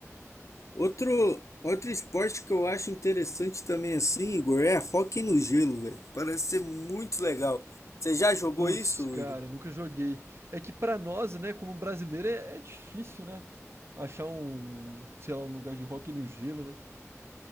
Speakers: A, on the left (about 70°); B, on the right (about 50°).
A: Outro, outro esporte que eu acho interessante também assim, Igor, é hóquei no gelo, velho. Parece ser muito legal. Você já jogou
B: Putz,
A: isso,
B: cara,
A: Igor?
B: nunca joguei. É que pra nós, né, como brasileiro, é, é difícil, né? Achar um, sei lá, um lugar de rock no gelo, né?